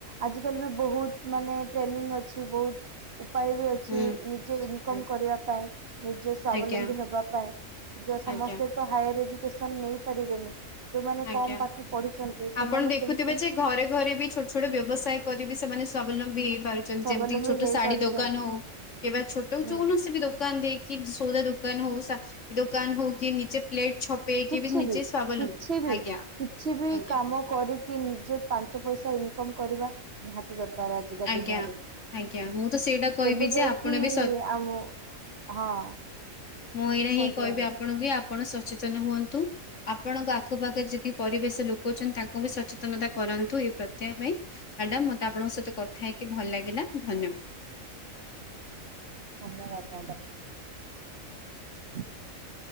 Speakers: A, on the right; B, on the left.
A: ଆଜିିକାଲି ବି ବହୁତ ମାନେ ଟ୍ରେନିଂ ଅଛି ବହୁତ ଉପାୟ ବି ଅଛି,
B: ହୁଁ
A: ନିଜେ ଇନ୍ କମ୍
B: ହୁଁ
A: କରିବା ପାଇଁ ନିଜେ ସ୍ୱାବଲମ୍ବୀ
B: ଆଜ୍ଞା
A: ହେବା ପାଇଁ ଯେ ସମସ୍ତେ
B: ଆଜ୍ଞା
A: ତ ହାଇଅର ଏଜୁକସନ ନେଇ ପାରିବେନି, ଯେଉଁମାନେ
B: ଆଜ୍ଞା।
A: କମ ପାଠ ପଢିଛନ୍ତି ସେମାନେ
B: ଆପଣ ଦେଖୁଥିବେ
A: କେମି
B: ଯେ ଘରେ ଘରେ ବି ଛୋଟ ଛୋଟ ବ୍ୟବସାୟ କରି ବି ସେମାନେ ସୁଅବଲମ୍ବୀ ହେଇପାରି
A: ସ୍ୱାବଲମ୍ବୀ
B: ଯେମିତି ଏମିତିକି ଛୋଟ
A: ହେଇ
B: ଶାଢୀ
A: ପାରୁଛନ୍ତି
B: ଦୋକାନ ହଉ, କିମ୍ବା ଛୋଟ
A: ହୁଁ
B: କୌଣସି ବି ଦୋକାନ ଦେଇକି କି ସଉଦା ଦୋକାନ ହଉ, ସା ଡି ଦୋକାନ ହଉ କି ନିଜେ ପ୍ଲେଟଛପ ଦେଇକି
A: କିଛି
B: ବି ନିଜେ ସ୍ୱାବଲମ୍ବୀ,
A: କିଛି ବି
B: ଆଜ୍ଞା
A: କିଛି ବି
B: ଆଜ୍ଞା
A: କାମ କରିକି ନିଜେ ପାଞ୍ଚ ପଇସା ଇନକମ୍ କରିବା ନିହାତି ଦରକାର। ଦ ଆଜିକା
B: ଆଜ୍ଞା
A: ଦୁନିଆରେ
B: ଆଜ୍ଞା ମୁଁ ତ ସେଇଟା କହିବି
A: ସେବେ
B: ଯେ
A: ଯାଇକି
B: ଆପଣ ବି ସ
A: ଆମ <unintelligible> ହଁ।
B: ମୁଁ ଏଇଆ
A: କୁହନ୍ତୁ
B: ହିଁ କହିବି
A: ମ୍ୟାଡାମ
B: ଆପଣଙ୍କୁ, କି ଆପଣ ସଚେତନ ହୁଅନ୍ତୁ। ଆପଣଙ୍କ ଆଖ ପାାଖରେ ଯେତିକି ପରିବେଶ ଲୋକ ଅଛନ୍ତି ତାଙ୍କୁ ବି ସଚେତନତା କରାନ୍ତୁ, ଏଇ ପ୍ରତ୍ୟାୟ ପାଇଁ। ମାଡାମ, ମତେ ଆପଣଙ୍କ ସହିତ କଥା ହେଇକି ଭଲ ଲାଗିଲା ଧନ୍ୟବାଦ।
A: ଧନ୍ୟବାଦ ମ୍ୟାଡ଼ାମ ହୁଁ <unintelligible>